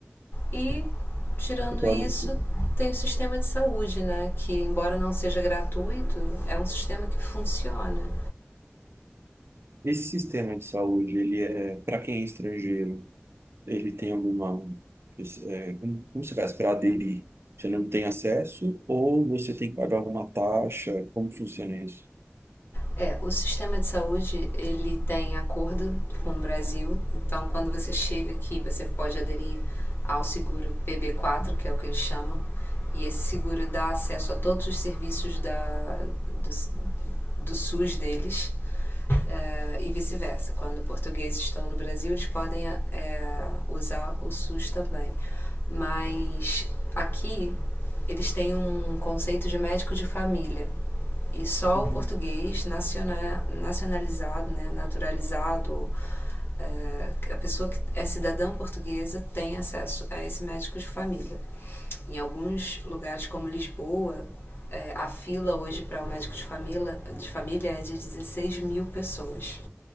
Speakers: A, on the left; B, on the right.
A: e, tirando
B: porque olha,
A: isso,
B: esse
A: tem o sistema de saúde, né? Que, embora não seja gratuito, é um sistema que funciona.
B: esse sistema de saúde, ele é para quem é estrangeiro, ele tem alguma, esse- é, como, como você faz para aderir? Você não tem acesso ou você tem que pagar alguma taxa? Como funciona isso?
A: É, o sistema de saúde ele tem acordo com o Brasil, então quando você chega aqui você pode aderir ao seguro PB4, que é o que eles chamam, e esse seguro dá acesso a todos os serviços da, do, do SUS deles eh, e vice-versa. Quando portugueses estão no Brasil, eles podem eh, usar o SUS também. Mas aqui eles têm um conceito de médico de família. E só
B: Uhum.
A: o português nacionalizado, né, naturalizado, é, a pessoa que é cidadã portuguesa tem acesso a esse médico de família. Em alguns lugares, como Lisboa, é, a fila hoje para o médico de família, de família é de 16 mil pessoas.